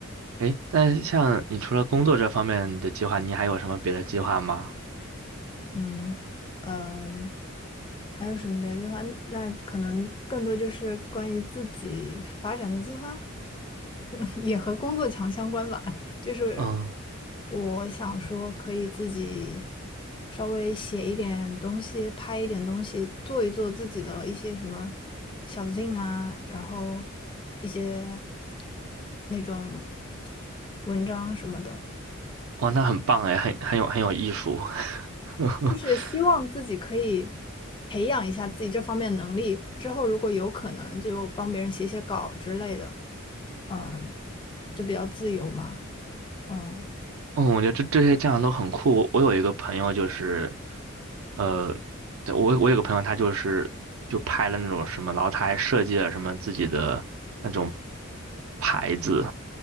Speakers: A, on the right; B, on the left.
A: 诶，那像你除了工作这方面的计划，你还有什么别的计划吗？
B: 嗯嗯，还有什么别的计划？那可能更多就是关于自己发展的计划，<laughs> 也和工作强相关吧。就是
A: 嗯，
B: 我想说，可以自己稍微写一点东西，拍一点东西，做一做自己的一些什么小 zine 啊，然后一些那种文章什么的。
A: 哦，那很棒诶，很很有很有艺术。<laughs>
B: 就是希望自己可以培养一下自己这方面能力，之后如果有可能就帮别人写写稿之类的，嗯，就比较自由嘛，嗯，
A: 嗯，我觉得这这些酱都很酷。我我有一个朋友就是，呃，对我我有个朋友他就是就拍了那种什么，然后他还设计了什么自己的那种牌子。